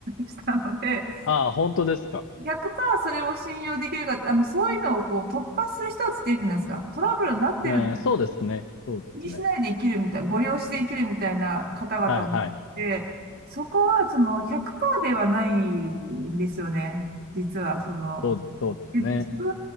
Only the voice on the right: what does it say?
したので、
100%それを信用できるか、あの、そういうのをこう突破する人たちっているじゃないですか。トラブルになってる
気にしないで生きるみたいな、ご利用して生きるみたいな方々もいて、
そこはその100%ではないんですよね。実は、その、
で自分